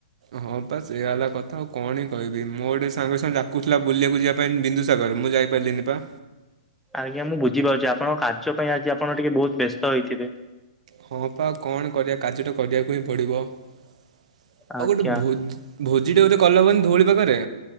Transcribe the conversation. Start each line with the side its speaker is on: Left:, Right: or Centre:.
Right: ହଁ ପାସେଇଆ ହେଲା କଥା ଆଉ କଣ ହି କହିବି ମୋ ଗୋଟେ ସାଙ୍ଗ ସାଙ୍ଗେ ଡ଼ାକୁଥିଲା ବୁଲିବାକୁ ଯିବା ପାଇଁ ବିନ୍ଦୁସାଗର ମୁଁ ଯାଇପାରିଲିନି ପା
Centre: ଆଜ୍ଞା ମୁଁ ବୁଝିପାରୁଛି ଆପଣଙ୍କ କାର୍ଯ୍ୟ ପାଇଁ ଆଜି ଆପଣ ଟିକେ ବହୁତ ବ୍ୟସ୍ତ ହୋଇଥିବେ।
Right: ହଁ ପା କଣ କରିବା କାର୍ଯ୍ୟଟା କରିବାକୁ ହିଁ ପଡିବ ଆଉ
Centre: ଆଜ୍ଞା।
Right: ଗୋଟେ ଭୋଜି ଭୋଜିଟେ ଗୋଟେ କଲେ ହେବନି ଧଉଳି ପାଖରେ